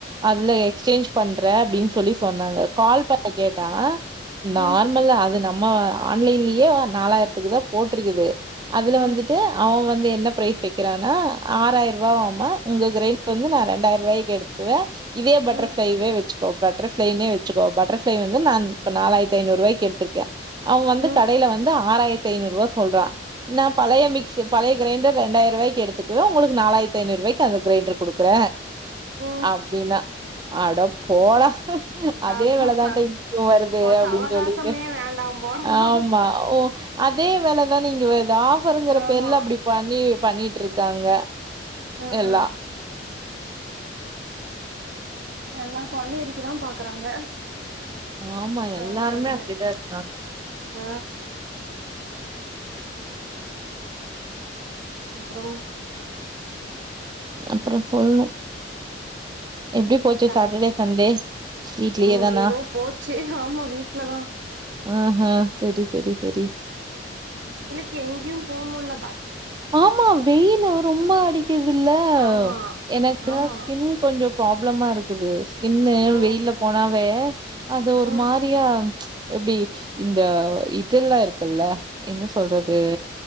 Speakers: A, on the right (about 25°); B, on the right (about 85°).
A: அதுல எக்ஸ்சேஞ்ச் பண்ற அப்டின் சொல்லி சொன்னாங்க கால் பண்ணி கேட்டா நார்மல்
B: ம்
A: அது நம்ம ஆன்லைன்லயே நாலாயிரத்துக்கு தா போட்ருக்குது அதுல
B: ம்
A: வந்து ட்டு அவ வந்து என்ன ப்ரைஸ் வெக்கிறான்னா ஆறாய்ருவாவாமா உங்க க்ரைண்ட் வந்து நா ரெண்டாய்ருவாய்க்கி எடுத் க்வ இதே பட்டர்ஃப்ளைவே
B: ம்
A: வெ ச்சிக்கோ பட்டர்ஃப்ளைன்னே வெச்சிக்கோ பட்டர்ஃளை வந்து நான் இப்ப நாலாயிரத்தி ஐநூறுவாய்க்கி எடுத்ருக்கே அவ வந்து
B: ம்
A: கடையில வந்து ஆறாயிரத்தி ஐநூறுவா சொல்றா நா பழைய மிக்ஸ் பழைய க்ரைண்டர் ரெண்டாய்ருவாய்க்கி எடுத்துக்குவ உங்களுக்கு நாலாயிரத்தி ஐநூறுவாய்க்கி அந்த க்ரைண்டர் குடுக்குற
B: ம்
A: அப்டின்னா அடப் போடா அதே
B: ஆமா
A: வெலதான்டா
B: ச
A: இப்பவும் வருது அப்டின்
B: சவகாசமே
A: சொல்லிட்டு
B: வேண்டாம் போடா
A: ஆமா ஓ அதே வெலதான இங்க வருது ஆஃபருங்குற
B: ஆமா
A: பேர்ல அப்டி பண்ணி பண்ணிட்ருக்காங்க
B: அ
A: எல்லா
B: அ எல்லா கொள்ளையடிக்கதா பாக்குறாங்க
A: ஆமா எல்லாருமே
B: அவிங்க அவிங்க
A: அப்டிதா இருக்காங்க
B: ஆ அப்றம்
A: அப்றொ சொல்னு எப்டி போச்சி
B: தம்பி
A: சாட்டடே சண்டே வீட்லயே
B: ம்
A: தானா
B: ஏதோ போச்சு ஆமா வீட்லதா
A: ஆ ஹ செரி செரி செரி
B: கி எங்கியும் போமுல்ல
A: ஆமா வெயிலு ரொம்ப அடிக்குதில்ல
B: ஆமா
A: எனக்குலா
B: ஆமா
A: ஸ்கின் கொஞ்ச ப்ராப்ளமா இருக்குது இன்ன
B: ஓ
A: வெயில போனாவே அது ஒரு
B: ம்
A: மாரியா எப்டி இந்த இதெல்ல இருக்குல்ல என்ன சொல்றது
B: ம்